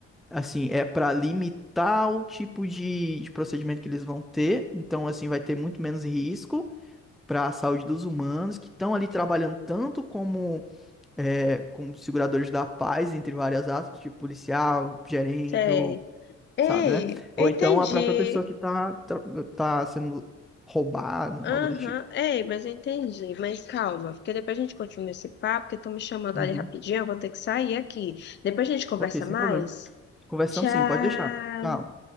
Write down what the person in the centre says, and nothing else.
Assim, é para limitar o tipo de, de procedimento que eles vão ter. Então, assim, vai ter muito menos risco para a saúde dos humanos que estão ali trabalhando tanto como, é, como seguradores da paz, entre várias aspas, tipo policial, gerente,
ou
sabe, né? Ou
então a própria pessoa que tá, tra- tá sendo roubada,
algo do tipo.
Uhum.
Ok, sem
problema. Conversamos
sim, pode deixar. Tchau.